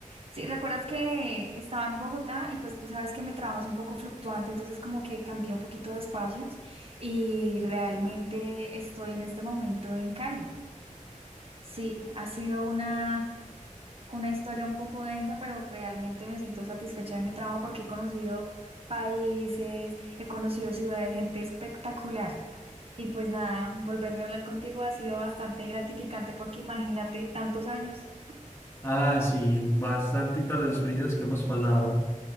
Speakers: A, on the right; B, on the left.
A: Sí, recuerdas que estaba en Bogotá y pues tú sabes que mi trabajo es un poco fluctuante, entonces como que cambié un poquito de espacios y realmente estoy en este momento en Cali. Sí, ha sido una, una historia un poco densa, pero realmente me siento satisfecha de mi trabajo porque he conocido países, he conocido ciudades, gente espectacular. Y pues nada, volverme a hablar contigo ha sido bastante gratificante porque imagínate tantos años.
B: Ah, sí, bastante las experiencias que hemos pasado.